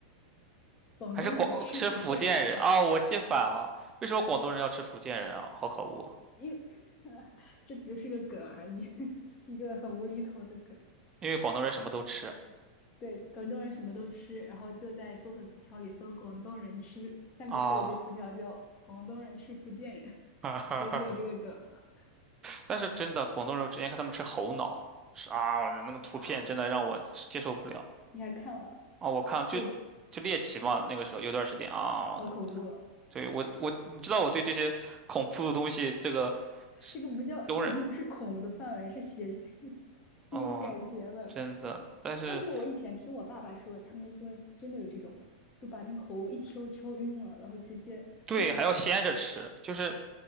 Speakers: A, on the left; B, on the right.
A: 广东人吃福建人吧？
B: 还是广吃福建人？哦，我记反了。为什么广东人要吃福建人啊？好可恶！
A: <laughs> 因为 <laughs> 这只就是个梗而已，<laughs> 一个很无厘头的梗。
B: 因为广东人什么都吃
A: 对，广东人什么都吃，然后就在搜索词条里搜“广东人吃”，下面出了一个词条叫“广东人吃福建人”，
B: 啊。
A: <laughs>
B: <laughs>
A: 所以就有这个梗了。
B: 但是真的，广东人我之前看他们吃猴脑，是啊，那个图片真的让我接受不了
A: 啊，你还看了？
B: 啊！我看就
A: 我
B: 就猎奇嘛，那个时候有段时间啊，
A: 好恐怖啊！
B: 对我我你知道我对这些恐怖的东西这个是容忍，
A: 这个不叫，这个已经不是恐怖的范围，是血腥的 <laughs>
B: 哦，
A: 那种感觉了。
B: 真的，但是
A: 但是我以前听我爸爸说，他们说真的有这种人就把那个猴一敲敲晕了，然后直接不
B: 对还要鲜着吃，就是。